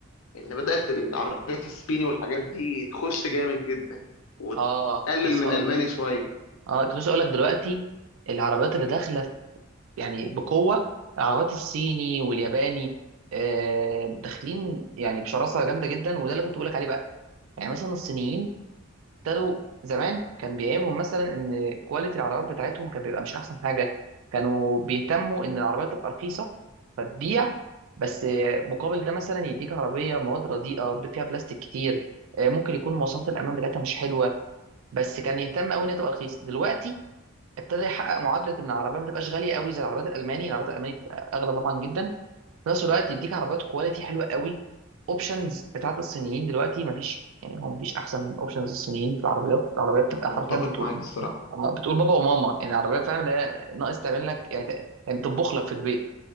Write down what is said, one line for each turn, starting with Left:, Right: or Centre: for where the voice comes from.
Left: ان بدات العربيات الصيني والحاجات دي تخش جامد جدا وتقلل
Right: اه كنت لسه
Left: من الالماني
Right: هقول
Left: شويه
Right: اه كنت لسه هقول لك دلوقتي العربيات اللي داخله يعني بقوة العربيات الصيني والياباني آه، داخلين يعني بشراسة جامدة جدا وده اللي كنت بقولك عليه بقى يعني مثلا الصينيين ابتدوا زمان كان بيعيبهم مثلا ان كواليتي العربيات بتاعتهم كان بيبقى مش احسن حاجة كانوا بيهتموا ان العربية تبقى رخيصة فتبيع بس آه، مقابل ده مثلا يديك عربية مواد رديئة فيها بلاستيك كتير آه، ممكن يكون مواصفات الأمان بتاعتها مش حلوة بس كان يهتم قوي إن هي تبقى رخيصة دلوقتي ابتدى يحقق معادله ان العربيه ما تبقاش غاليه قوي زي العربيات الالماني العربيات الالماني تبقى اغلى طبعا جدا في نفس الوقت يديك عربيات كواليتي حلوه قوي اوبشنز بتاعت الصينيين دلوقتي ما فيش يعني هو ما فيش احسن من اوبشنز الصينيين في العربيات العربيات بتبقى
Left: انا
Right: حرفيا
Left: متفق
Right: بتقول
Left: معاك الصراحه
Right: آه، بتقول بابا وماما يعني العربيه فاهم اللي هي ناقص تعمل لك يعني ت- يعني تطبخ لك في البيت